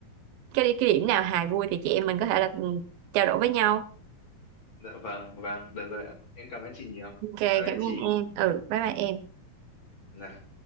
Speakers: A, on the right (about 80°); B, on the left (about 35°).
A: cái đi- cái điểm nào hài vui thì chị em mình có thể là ừ, trao đổi với nhau
B: dạ vâng vâng được rồi ạ em cảm ơn chị nhiều
A: ok
B: bye bye
A: cảm
B: chị
A: ơn em ừ bye bye em
B: Dạ.